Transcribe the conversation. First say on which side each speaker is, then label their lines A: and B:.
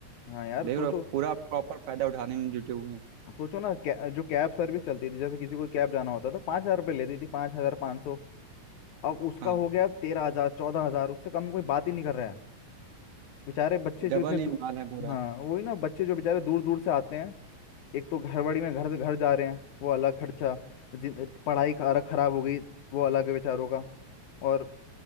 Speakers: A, on the left; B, on the right.
A: हाँ यार
B: देख
A: सोचो
B: रहे हो पूरा प्रॉपर फायदा उठाने में जुटे हुए हैं
A: सोचो ना कै, जो कैब सर्विस चलती थी जैसे किसी को कैब जाना होता था तो पाँच हजार रुपये लेती थी पाँच हजार पाँच सौ अब उसका
B: हाँ
A: हो गया तेरह हजार चौदह हजार उससे कम में कोई बात ही नहीं कर रहा है बेचारे बच्चे
B: डबल
A: जो इतने दू-
B: ही मार है पूरा
A: हाँ वही ना बच्चे जो बेचारे दूर दूर से आते हैं एक तो घरबड़ी में घर घर जा रहे हैं वो अलग खर्चा जिन पढ़ाई का अलग खराब हो गई वो अलग है बेचारों का और